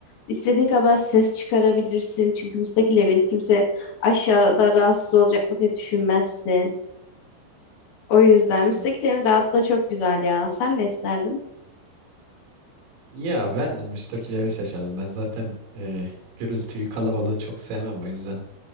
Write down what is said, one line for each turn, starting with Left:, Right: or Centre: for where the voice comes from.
Left: İstediğin kadar ses çıkarabilirsin. Çünkü müstakil evin kimse aşağıda rahatsız olacak mı diye düşünmezsin. O yüzden
Right: Hmm.
Left: müstakil evin rahatlığı çok güzel ya. Sen ne isterdin?
Right: Ya ben de müstakil evi seçerdim. Ben zaten e, gürültüyü, kalabalığı çok sevmem o yüzden